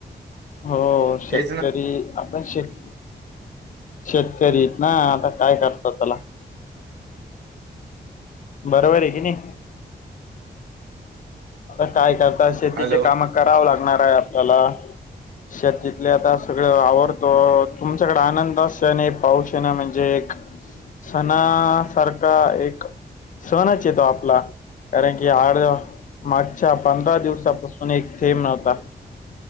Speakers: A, on the left (about 50°); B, on the right (about 75°).
A: हो शेतकरी
B: तेच ना
A: आपण शेत शेतकरी ना आता काय करतात त्याला. बरोबर आहे की नाही. आता काय करतात शेतीचे
B: हॅलो
A: काम करावं लागणार आहे आपल्याला शेतीतले आता सगळं आवडतो तुमच्याकडे आनंद अस आणि पाऊश येन म्हणजे एक सणासारखा एक सणच ये तो आपला. कारण की आड मागच्या पंधरा दिवसापासून एक थेंब नव्हता